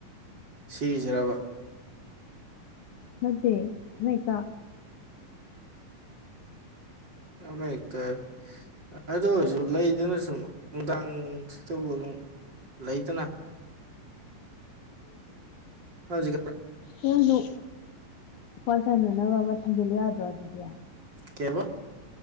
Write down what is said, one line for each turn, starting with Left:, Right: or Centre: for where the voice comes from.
Right: ꯁꯤꯖꯔꯕ
Left: ꯅꯠꯇꯦ ꯑꯃꯍꯦꯛꯇ
Right: ꯑꯃ ꯍꯦꯛꯇ ꯑꯗꯨ ꯑꯣꯏꯔꯁꯨ ꯂꯩꯗꯨꯅ ꯁꯨꯝ ꯅꯨꯡꯗꯥꯡꯁꯤꯗꯕꯨ ꯑꯗꯨꯝ ꯂꯩꯇꯅ ꯍꯧꯖꯤ
Left: ꯅꯁꯨ ꯈ꯭ꯋꯥꯏ ꯁꯟꯅꯅꯕ ꯃꯊꯗ ꯌꯥꯗ꯭ꯔꯣ ꯑꯗꯨꯗꯤ
Right: ꯀꯩꯕ